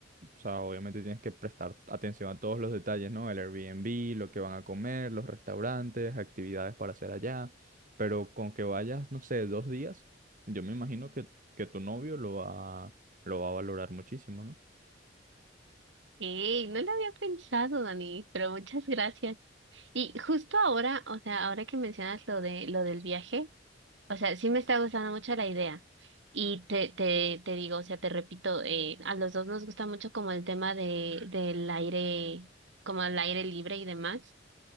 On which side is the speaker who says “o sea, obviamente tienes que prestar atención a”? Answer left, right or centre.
Right